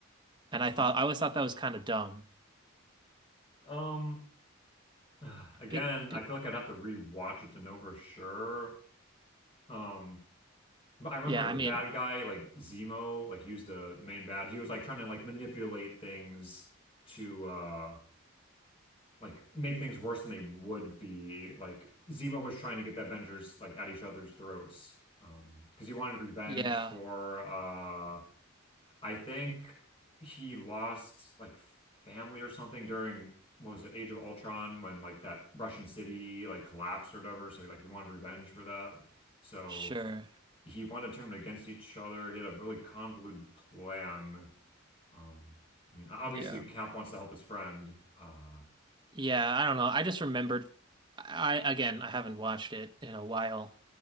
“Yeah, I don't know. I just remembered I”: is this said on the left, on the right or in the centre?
Right